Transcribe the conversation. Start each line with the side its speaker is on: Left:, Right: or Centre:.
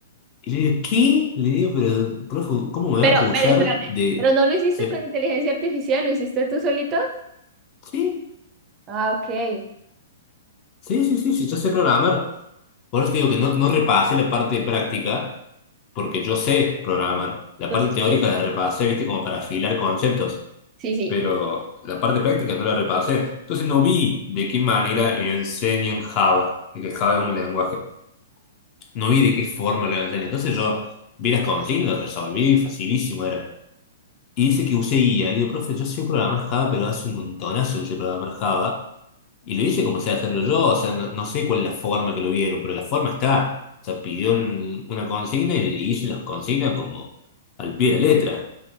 Left: Y le digo, ¿qué? Le digo, pero, profe, ¿cómo me
Right: Pero,
Left: va a acusar
Right: pero espérate.
Left: de...
Right: ¿Pero no lo hiciste
Left: se-
Right: con inteligencia artificial? ¿Lo hiciste tú solito?
Left: Sí,
Right: Ah, ok.
Left: sí, sí, sí, sí, yo sé programar. Por eso te digo que no, no repasé la parte de práctica, porque yo sé programar. La
Right: Ok.
Left: parte teórica la repasé, viste, como para afilar conceptos.
Right: Sí, sí.
Left: Pero la parte práctica no la repasé. Entonces no vi de qué manera enseñan Java, porque Java es un lenguaje. No vi de qué forma lo levantaría. Entonces yo vi las consignas, lo resolví, facilísimo era. Y dice que usé IA. Le digo, profe, yo sé programar Java, pero hace un montonazo que sé programar Java. Y lo hice como sé hacerlo yo, o sea, no, no sé cuál es la forma que lo vieron, pero la forma está. O sea, pidió un- una consigna y y hice las consignas como al pie de la letra.